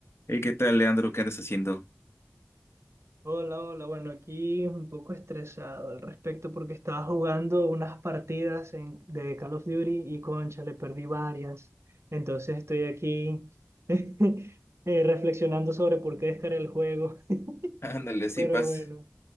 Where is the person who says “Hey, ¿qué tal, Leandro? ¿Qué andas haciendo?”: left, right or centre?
Left